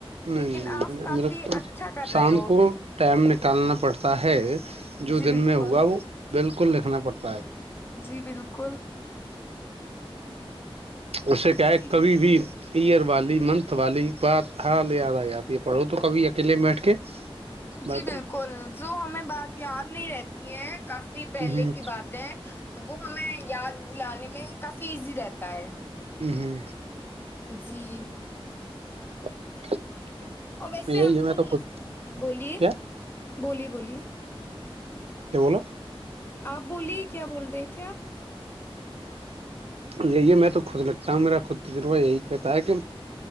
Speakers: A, on the right; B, on the left.
A: نہیں
B: لیکن آپ
A: نہیں
B: کافی
A: م کو
B: اچھا کر
A: شام
B: رہے ہو
A: کو ٹائم نکالنا پڑتا <unintelligible> جو
B: جی
A: دن
B: بالکل
A: میں ہوا وہ بالکل نہیں نا پڑتا ہے
B: جی بالکل
A: اس سے کیا ہے
B: جی
A: کبھی بھی یئر والی منتھ والی بات ہاں لے د آ تی ہے پڑھو تو کبھی اکیلے میں بیٹھ کے باقی
B: جی بالکل جو ہمیں بات یاد نہیں رہتی ہے کافی پہلے
A: ہ
B: کی باتیں وہ ہمیں یاد لانے میں کافی ایزی رہتا ہے
A: ہم ہم
B: جی
A: <inaudible>
B: اور ویسے
A: یہی
B: ہم
A: ہے میں
B: کو
A: تو خود
B: بولیے
A: کیا
B: بولیے بولیے
A: کیا بولا
B: آپ بولیے کیا بول رہے تھے آپ
A: یہی میں تو خود لکھتا ہوں میرا خود تجربہ یہی کہتا ہے کہ